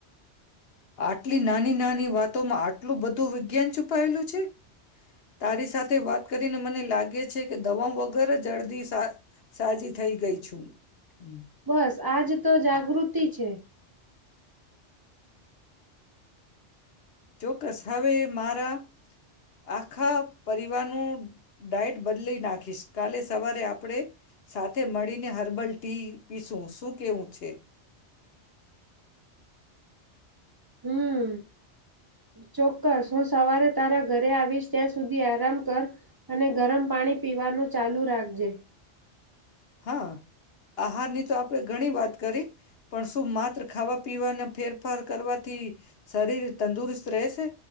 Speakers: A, on the left (about 60°); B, on the right (about 30°).
A: આટલી નાની-નાની વાત માં આટલું બધું વિજ્ઞાન! છુપાયેલું છે તારી સાથે વાત કરીને મને લાગે છે કે દવા વગર અડધી સાજી થઈ ગઈ છું. હમ્મ.
B: બસ આજ તો જાગૃતિ છે.
A: ચોક્કસ હવે મારા આખા પરિવારનું ડાઈટ બદલી નાખીશ. કાલે સવારે આપણેે સાથે મળીને હર્બલ ટી પીસું શું કેવું છે?
B: હમ્મ ચોક્કસ હું સવારે તારા ઘરે આવીશ ત્યાં સુધી આરામ કર અને ગરમ પાણી પીવાનું ચાલુ રાખજે.
A: હા આહારની તો આપણે ઘણી વાત કરી પણ શું માત્ર ખાવા પીવાને ફેરફાર કરવા થી શરીર તંદુરસ્ત રહેશે